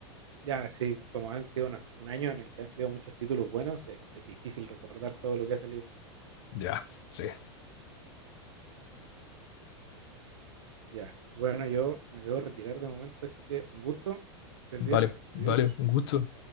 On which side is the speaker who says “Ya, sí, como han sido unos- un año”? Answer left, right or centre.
Right